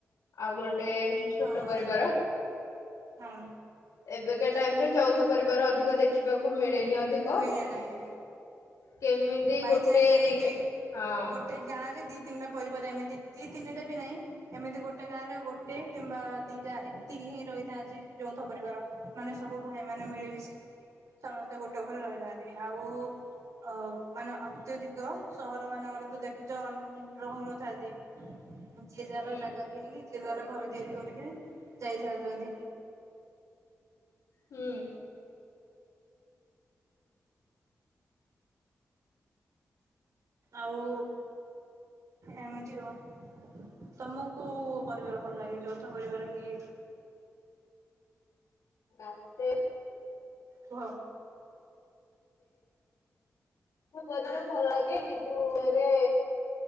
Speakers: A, on the left; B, on the right.
A: ଆଉ ଗୋଟେ ଛୋଟ
B: ହଁ।
A: ପରିବାର।
B: ହଁ।
A: ଏବେକା ଟାଇମରେ ଯୌଥ ପରିବାର ଅଧିକ ଦେଖିବାକୁ ମିଳେନି ଅଧି
B: ମିଳେ ନାହିଁ।
A: କେମିତି
B: ବାଇଚାନ୍ସ
A: ଗୋଟେ
B: ଏମିତି
A: ଦିଟା ହଁ
B: ଗୋଟେ ଗାଁ ରେ ଦି ତିନିଟା ପରିବାର ଏମିତି ଦି ତିନିଟା ବି ନାଇଁ ଏମିତି ଗୋଟେ ଗାଁରେ ଗୋଟେ କିମ୍ବା ଦିଟା ଏତିକି ହିଁ ରହିଥାନ୍ତି ଯୌଥ ପରିବାର। ମାନେ ସବୁ ଭାଇମାନେ ମିଳିମିଶି କିରି ସମସ୍ତେ ଗୋଟେ ଘରେ ରହିଥାନ୍ତି, ଆଉ ଅ ମାନେ ଅତ୍ୟଧିକ ସହର ମାନଙ୍କରେ ତ ଦେଖିଛ ରହୁନଥାନ୍ତି। ଯିଏ ଯାହାର
A: ହୁଁ
B: ଜାଗା କିଣିକି ଯିଏ ଯା ର ଘର ତିଆରି କରିଥିବେ ଯାଇଥାତତୀ।
A: ହୁଁ।
B: ଆଉ ଏମିତି କୁ ତମକୁ କୋଉ ପରିବାର ଭଲ ଲାଗେ ଯୌଥ ପରିବାର କି
A: ମତେ
B: ଭ
A: କଦାର ଭଲକେ କିନ୍ତୁ ଏରେ